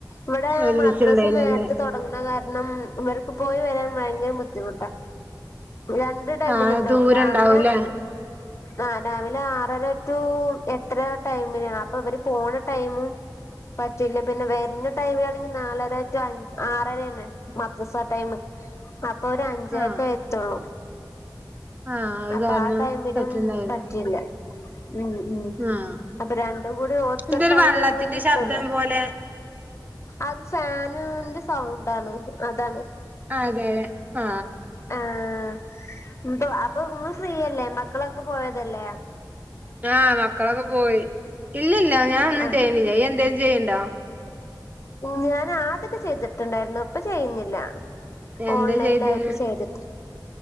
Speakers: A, on the left; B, on the right.
A: ഇവിടെ
B: ഒരുമിച്ചുണ്ടായില്ലല്ലേ
A: മദ്രസനേരത്തെ തൊടങ്ങണകാര ണം ഇവർക്ക് പോയിവരാൻ പയങ്കരബുദ്ധിമുട്ടാ രണ്ട്ടൈമിൽണ്ട്
B: ആ ദൂരം
A: രാവിലെ
B: ഉണ്ടാവൂലേ
A: ആ രാവിലെ ആറര റ്റു എട്ടരരുടൈമിലാ അപ്പൊവര് പോണടൈമും പറ്റില്ലപിന്നെ വര്ണ ടൈ മില് ആണെങ്കിൽ നാലരറ്റു അഞ്ച ആറരയാണ് മദ്രസടൈമ് അപ്പൊ ഒരഞ്ചരക്ക
B: ആഹ്
A: എത്തുള്ളൂ
B: ആഹ് അത്
A: അപ്പആടൈമിലും
B: കാരണം പറ്റുണ്ടാവില്ല
A: പറ്റി ല്ല ഉം ഉം
B: ആഹ്
A: അപ്പരണ്ടുംകൂടി ഒത്തൊരുടൈമ്
B: എന്തൊരു വെള്ളത്തിന്റെ
A: മ്മക്ക് കിട്ടൊല്ലോ
B: ശബ്ദം പോലെ
A: അത്ഫാന് ന്റെ സൗണ്ടാണ് അതാണ്
B: അതേ ആ
A: ആഹ് ഇപ്പൊ അപ്പൊ ഇങ്ങള് ഫ്രീയല്ലേ മക്കളൊക്കെപോയതല്ലേ.
B: ആ മക്കളൊക്കെപോയി ഇല്ലല്ല ഞാഒന്നും
A: ആഹ്
B: ചെയ്ന്നില്ല ഇയ്യ് എന്തേലും ചെയ്ണ്ടോ
A: ഞാൻ ആതൊക്കെ ചെയ്തിട്ടുണ്ടായിരുന്നു ഇപ്പൊ ചെയ്യ്ന്നില്ല
B: എന്താ
A: ഓൺലൈൽലായിട്ട്
B: ചെയ്തിന്ന്
A: ചെയ്തിട്ട്